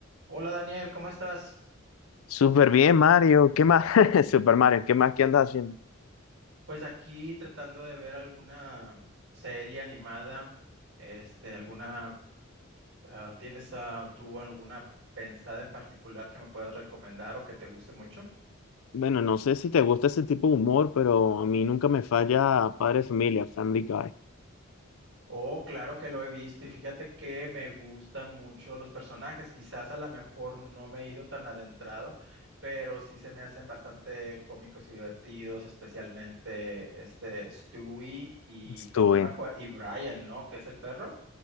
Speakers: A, on the right; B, on the left.
A: Hola Daniel, ¿cómo estás?
B: Súper bien, Mario. ¿Qué más? <laughs> Super Mario, ¿qué más qué andas haciendo?
A: Pues aquí tratando de ver alguna serie animada, este, alguna, ah, ¿tienes ah, tú alguna pensada en particular que me puedas recomendar o que te guste mucho?
B: Bueno, no sé si te gusta ese tipo de humor, pero a mí nunca me falla Padre de Familia, Family Guy.
A: Oh, claro que lo he visto y fíjate que me gustan mucho los personajes, quizás a lo mejor no me he ido tan adentrado, pero sí se me hacen bastante cómicos y divertidos, especialmente este Stewie y
B: Estuve.
A: creo- no me acuerdo, y Brian, ¿no? Que es el perro.